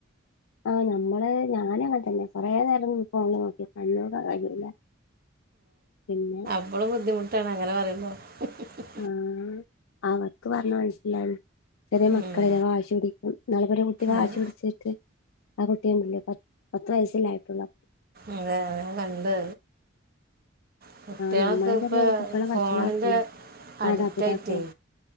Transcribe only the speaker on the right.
എപ്പോഴും ബുദ്ധിമുട്ടാണ് അങ്ങനെ പറയുമ്പോൾ <unintelligible>
ഉം.
അത്
അതെ അതൻ കണ്ടത് കുട്ടികളക്ക
ഇപ്പ
ഫോണിന്റെ
അഡിക്റ്റ ആയിട്ടേ